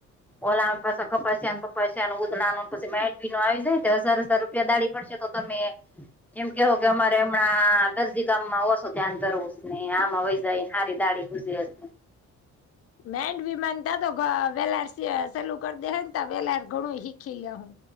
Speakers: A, in the centre; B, on the left.
A: ઓલા પાછ કપાસ્યા પપાસ અને ઉધડા ન પછી ડી નો આવી જાય હજાર હજાર રૂપિયા દાળી પડશે તો તો મે એમ કેહો કે અમારે હમણાં દરજી ગામમાં ઓછો ત્યાં તરવું ને આમાં વહી જાય હારી દાળી. બુજી <unintelligible>
B: મેડમાન ત તો વેલાર સેલું કરી દે ત વેલાર ઘણું શીખી લેહું.